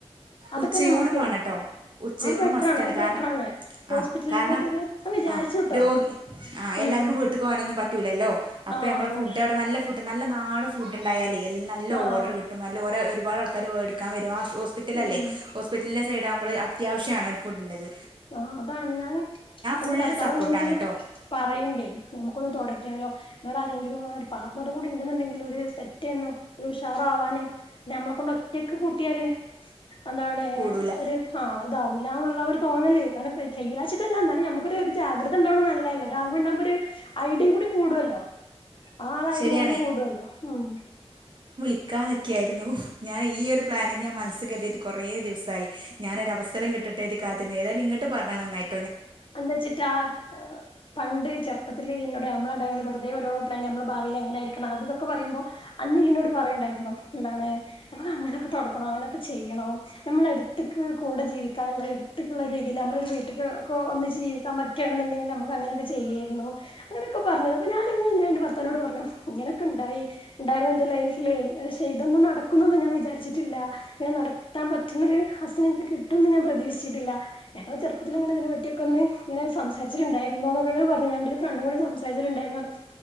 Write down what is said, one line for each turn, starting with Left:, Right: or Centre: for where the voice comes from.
Left: അതൊക്കെ
Right: ഉച്ചയൂണും
Left: നമ്മുക്ക്
Right: വേണട്ടോ ഉച്ചയൂണ്
Left: അത് ബെറ്ററാണ്
Right: മസ്റ്റാണ്
Left: അത്
Right: കാരണം
Left: ബെറ്ററാണ് ഹോസ്പിറ്റലിന്റെ
Right: ആ കാരണം
Left: ഇതൊരു ഞാൻ വിചാരിച്ചുട്ടോ
Right: ആ രോഗി ആ എല്ലാർക്കും
Left: ഉം
Right: വീട്ട് പോകാനൊന്നും പറ്റ് ലല്ലോ അപ്പൊ
Left: ആഹ്
Right: നമ്മള്
Left: അതാണ്
Right: ഫുഡ് അവിടെ നല്ല ഫുഡ് നല്ല നാടൻ ഫുഡ് ഉണ്ടായാലെ നല്ല
Left: ആഹ്
Right: ഓർഡർ കിട്ടും നല്ല ഒര ഒരു ഒരുപാട് ആൾക്കാര് വേടിക്കാൻ വെരും ആ ലല്ലേ
Left: ഉം
Right: ഹോസ്പിറ്റലിന്റെ സൈഡ ആകുമ്പോള് അ അത്യാവശ്യാണ് ഒരു ഫുഡിന്റത്
Left: ആ അതാണ് ഞാന് എന്റെ
Right: ഫുള്ള്
Left: ഭർത്താവ്
Right: സപ്പോർട്ടാണ്
Left: ഇങ്ങനെ
Right: കേട്ടോ
Left: പറയണ്ട് നമ്മുക്കൊന്ന് തൊടങ്ങാലോ വേറെ ആരെങ്കിലും ഒന്ന് പാർട്ണറും കൂടി ഉണ്ടെന്നുണ്ടെങ്കിൽ ഒരു സ്റ്റെർന്നു ഉഷാറ ആവാന് ഞമ്മളെ കൊണ്ട് ഒറ്റയക്ക് കൂട്ടിയാല് എന്താണ്
Right: കൂടൂല
Left: ഒരു ആ അതാഊല എന്നുള്ളരൂ തോന്നല് അല്ല കെ ചെയ്യൂലവെച്ചിട്ടല്ല എന്നാലും നമ്മക്കൊരു ഒരു ജാഗ്രത ഉണ്ടാവണോ നല്ലേല്ലെ ഒരാൾക് ഉണ്ടാവുമ്പോ ഒരു ഐഡിയയും കൂടി കൂടുല്ലോ ആ ആളെ
Right: ശരിയാണ്
Left: ഐഡിയ കൂടി കൂടൂല്ലോ ഉം
Right: ക്കാൻനിക്കായിരുന്നു ഞാൻ ഈ ഒരു പ്ലാനിങ് ഞാൻ മനസ്സിൽ കരുതിട്ട് കൊറേ ദിവസായി ഞാനൊരവസരം കിട്ടട്ടെര്തി കാത്തിരുന്നു ഏതായാലും ഇങ്ങോട്ട് പറഞ്ഞത് നന്നായി
Left: എന്ത് വെച്ചിട്ടാ പണ്ട് ചെറുപ്പത്തില് എന്നോട് നമ്മൾ രണ്ടാളോടും വെറു തെ ഓരോ നമ്മൾ ഭാവിയി എങ്ങനായിരിക്കണം അത് ഒക്കെ പറയുമ്പോ അന്ന് ഇയ്യെന്നോട് പറയണ്ടായിരുന്നു എന്താണ് നമ്മൾ അങ്ങനെക്കെ തുടക്കണം അങ്ങനെയൊക്കെ ചെയ്യണം നമ്മൾ എടുത്തേക്ക് കൂടെ ജീവിക്കാനുള്ള എടുത്തക്കുള്ള രീതിയിൽ നമ്മളരു വീട്ടക്ക് കോ ഒന്നിച്ചു ജീവിക്കാൻ പറ്റുണെന്നുണ്ടെങ്കിൽ നമുക്ക് അങ്ങനെയൊക്കെ ചെയ്യായിരുന്നു അങ്ങനെയൊക്കെ പറഞ്ഞിരുന്നു അപ്പൊ ഞാനിനെന്റെ ഭർത്താനോട് പറഞ്ഞു ഇങ്ങനൊക്കെ ഉണ്ടായി ഉണ്ടായിരുന്നു എന്റെ ലൈഫില് ക്ഷെ ഇതൊന്നും നടക്കുന്നൊന്നും ഞാൻ വിചരിച്ചിട്ടില്ല ഞൻ നടത്താൻ പറ്റുന്ന ഒരു ഹസിനെ എനിക്ക് കിട്ടുംന്ന് ഞാൻ പ്രതീക്ഷിച്ചിട്ടില്ല ഞങ്ങൾ ചെറുപ്പത്തി ൽ ഇങ്ങനെ ഇതിനെ പറ്റി റ്റിഒക്കെ ഒന്ന് ഇങ്ങനെ സംസാരിചിണ്ടായിരുന്നു എന്നൊക്കെ അങ്ങനെ പറഞ്ഞു ഞന്റെ ഒരു ഫ്രണ്ടും കൂടി സംസാരിച്ചിട്ടുണ്ടായിന്ന് പറഞ്ഞു